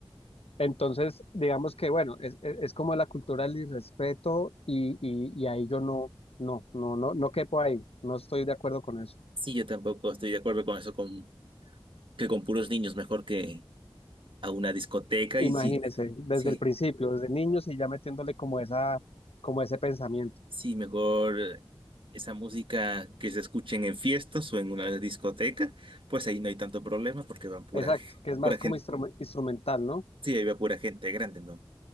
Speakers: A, on the left; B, on the right.
A: Entonces, digamos que, bueno, es, es- es como la cultura del irrespeto y, y, y ahí yo no, no, no, no, no quepo ahí. No estoy de acuerdo con eso.
B: Sí, yo tampoco estoy de acuerdo con eso, con, que con puros niños, mejor que a una discoteca
A: Imagínese,
B: y sí,
A: desde
B: sí,
A: el principio, desde niños y ya metiéndole como esa, como ese pensamiento.
B: sí, mejor esa música que se escuchen en fiestas o en una discoteca, pues ahí no hay tanto problema porque van pura,
A: Exacto, que es más
B: pura gente,
A: como instrum- instrumental, ¿no?
B: sí, ahí va pura gente grande, ¿no?